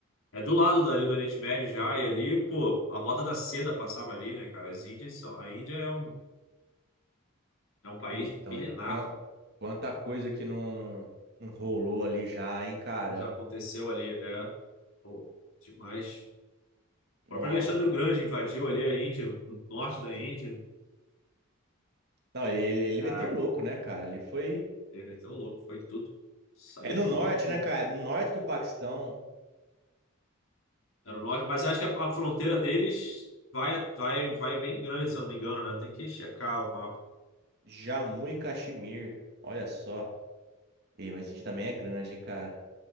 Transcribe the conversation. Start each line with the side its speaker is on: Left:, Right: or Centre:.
Left: é do lado dali do Oriente Médio já. E ali, pô, a Rota da Seda passava ali, né, cara? As Índias são, a Índia é um, é um país
Right: Então,
Left: milenar,
Right: quan- quanta coisa que não, não rolou ali já, hein, cara?
Left: como já aconteceu ali. É, pô, demais. O
Right: Nossa,
Left: próprio Alexandre
Right: cara.
Left: o Grande invadiu ali a Índia, o norte da Índia.
Right: Não, ele, ele
Left: Caraca,
Right: meteu o louco, né, cara? Ele foi.
Left: ele meteu o louco, foi tudo. Saiu
Right: É no
Left: tomando
Right: norte,
Left: tudo.
Right: né, cara? É No norte do Paquistão.
Left: Era o norte, mas acho que a, a fronteira deles vai, vai, vai bem grande, se eu não me engano, né? Tem que checar o mapa.
Right: Jammu e Caxemir. Olha só. Ei, mas Índia também é grande, hein, cara.